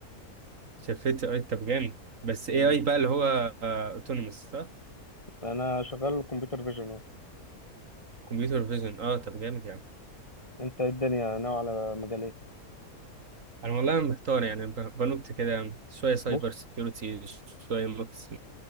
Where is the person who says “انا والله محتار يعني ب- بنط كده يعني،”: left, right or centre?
Right